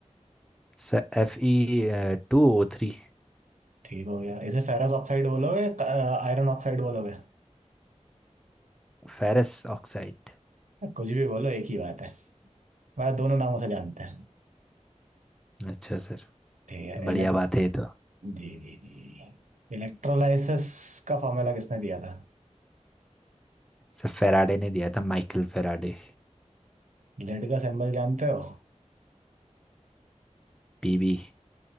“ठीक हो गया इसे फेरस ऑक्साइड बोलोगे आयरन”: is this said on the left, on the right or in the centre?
Right